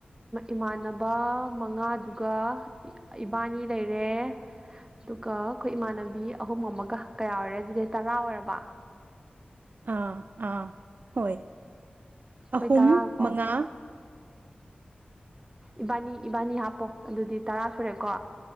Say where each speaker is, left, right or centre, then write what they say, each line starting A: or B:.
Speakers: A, on the right (about 20°); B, on the right (about 60°).
A: ꯏꯃꯥꯟꯅꯕ ꯃꯉꯥꯗꯨꯒ ꯏꯕꯥꯅꯤ ꯂꯩꯔꯦ ꯑꯗꯨꯒ ꯑꯩꯈꯣꯏ ꯏꯃꯥꯟꯅꯕꯤ ꯑꯍꯨꯝ ꯑꯃꯒ ꯀꯌꯥ ꯑꯣꯏꯔꯦ ꯑꯗꯨꯗꯩ ꯇꯔꯥ ꯑꯣꯏꯔꯕ
B: ꯑꯥ ꯑꯥ ꯍꯣꯏ
A: ꯑꯩꯈꯣꯏ
B: ꯑꯍꯨꯝ
A: ꯇꯔꯥꯀꯣ
B: ꯃꯉꯥ
A: ꯏꯕꯥꯅꯤ ꯏꯕꯥꯅꯤ ꯍꯥꯞꯄꯣ ꯑꯗꯨꯗꯤ ꯇꯔꯥ ꯁꯨꯔꯦꯀꯣ